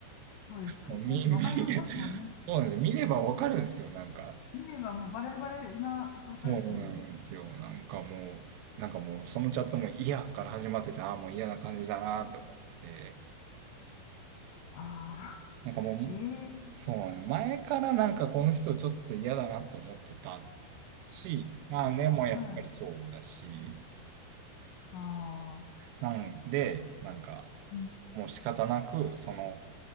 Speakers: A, on the left (about 80°); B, on the right (about 80°).
A: そうですよね。
B: もう見、見、
A: わかりますもんね。
B: <laughs> そうなんですよ。見ればわかるんですよ、なんか。
A: 見ればもうバレバレな状態ですもんね。
B: そうなんですよ。なんかもう、なんかもうそのチャットも嫌から始まってた、ああ、もう嫌な感じだなと思って、
A: ああ、
B: なんかもう、
A: <laughs> ええ
B: そう前からなんかこの人ちょっと嫌だなって思ってたし、まあね、もうやっぱりそうだし、
A: はい。ああ、
B: なんで、なんか、
A: うん。
B: もう仕方なく、その、